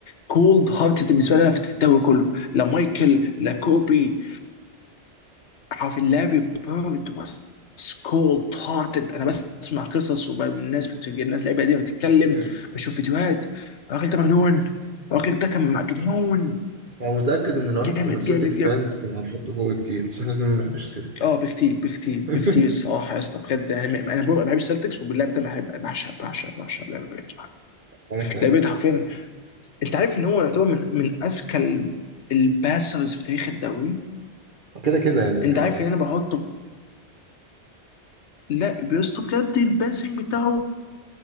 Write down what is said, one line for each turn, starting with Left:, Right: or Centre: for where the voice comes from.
Left: كولد هارتد بالنسبه لنا في في الدوري كله لا مايكل لا كوبي عارف لاري بيرد واز كولد هارتد انا بسمع قصص وبقى من الناس بت... الناس اللعيبه دي بتتكلم
Right: <laughs>
Left: بشوف فيديوهات الراجل ده مجنون الراجل ده كان مجنون
Right: يعني متأكد إن لو
Left: جامد
Right: إحنا كنا سيلتك
Left: جامد جامد
Right: فانز كنا هنحطه فوق كتير بس إحنا كنا ما بنحبش السيلتكس
Left: اه بكتير بكتير
Right: <laughs>
Left: بكتير الصراحه يا اسطى بجد يعني انا ببقى بحب السلتكس وباللعب ده بحب بعشق بعشق بعشق لعب بيرد
Right: أنا كمان
Left: لعب بيرد حرفيا انت عارف ان هو يعتبر من من اذكى ال- الباسرز في تاريخ الدوري
Right: كده كده يعني
Left: انت
Right: آه،
Left: عارف ان انا بحطه لا بيسطو بجد الباسنج بتاعه